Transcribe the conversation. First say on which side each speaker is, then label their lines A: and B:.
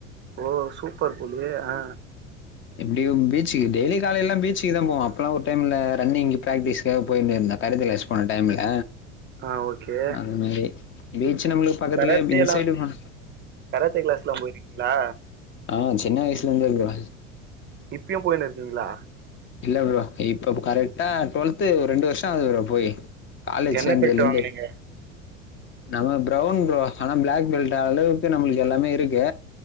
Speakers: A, on the right; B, on the left.
A: ஓ சூப்பர் போலே ஆ
B: எப்டியு பீச்சுக்கு டெய்லி காலேலலா பீச்சுக்கு தா போவோ அப்ல்லா ஒரு டைம்ல ரன்னிங்கு ஃப்ராக்டிஸ் போயினு இருந்த கருத்தல ஸ் போன டைம்ல
A: ஆ ஓகே
B: அது மேரி பீச்சு நம்ளுக்கு பக்கத்துலேயே
A: கராத்தேலா
B: பி இன்சைடு மா
A: கராத்தே கிளாஸ் லா போயிருக்கீங்ளா
B: ஆ சின்ன வயசுல இந்தே ப்ரோ
A: இப்பயு போயினு இருக்கீங்களா
B: இல்ல ப்ரோ இப்ப கரெக்டா டுவல்து ஒரு ரெண்டு வருஷோ அகுது ப்ரோ போயி காலஜ்
A: என்ன
B: சேந்ததுல
A: பெல்ட் வாங்குனீங்க
B: இந்து நம்ம ப்ரௌன் ப்ரோ ஆனா பிளாக் பெல்ட் அளவுக்கு நம்மளுக்கு எல்லாமே இருக்கு